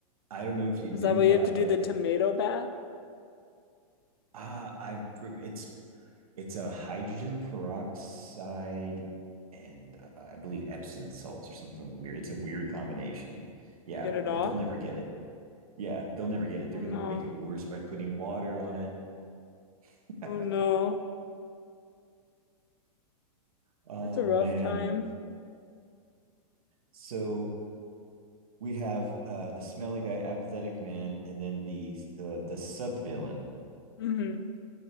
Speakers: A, on the right; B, on the left.
A: i don't know if you
B: Is
A: knew
B: that why
A: that
B: you have to do
A: but
B: the
A: it
B: tomato bath
A: ah i've it's it's a hydrogen peroxide and uh, i believe epsom salts or something weird it's a weird combination yeah
B: to get it
A: but
B: off?
A: they'll never get it yeah they'll never get it they're
B: Oh
A: going
B: no.
A: to make it worse by putting water on it <laughs>
B: Oh no.
A: oh
B: That's a rough
A: man
B: time.
A: so we have uh the smelly guy, apathetic man, and then the the the sub villain.
B: hmm